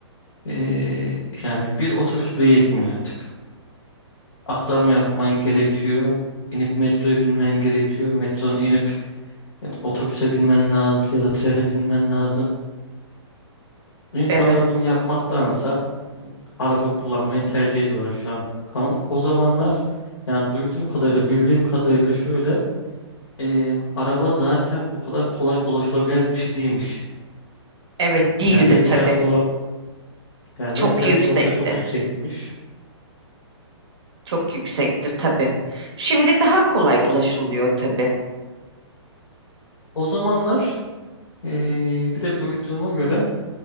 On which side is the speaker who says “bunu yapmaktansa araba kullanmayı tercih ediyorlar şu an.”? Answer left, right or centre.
Left